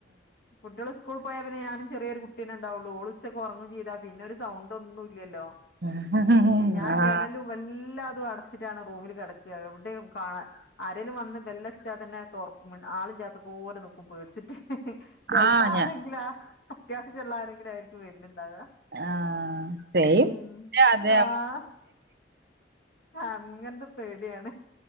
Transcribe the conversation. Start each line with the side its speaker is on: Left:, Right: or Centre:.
Left: കുട്ടികള് - സ്കൂളി പോയാ പിന്നെ ഞാനും ചെറിയൊ കുട്ടീ തന്നെയുണ്ടാവുള്ളു ഓള് ഉച്ചക്ക്‌ ഉറങ്ങും ചെയതാ പിന്നെ സൗണ്ട് ഒന്നും ഇല്ലല്ലോ
Right: അങ്ങനെ
Left: ഞാൻ
Right: ആഹ്
Left: ജനലും എല്ലാതും അടച്ചിട്ടാണ് റൂമിൽ കെടക്കുക എവിടെയും കാണാ- ആരെലും വന്ന് ബെല്ലടിച്ചാ തന്നെ തുറക്കും ആളില്ലാത്ത പോലെ നിക്കും പേടിച്ചിട്ട് ചെലപ്പോ
Right: ആഹ്
Left: ആരെങ്കിലും
Right: ഞാൻ
Left: അത്യാവശ്യമുള്ള ആരെങ്കിലും ആയിരിക്കും വരുന്നുണ്ടാവുക
Right: ആഹ്
Left: ഉം
Right: സെയിം അതെ
Left: ആഹ് അങ്ങനത്തെ - പേടിയാണ്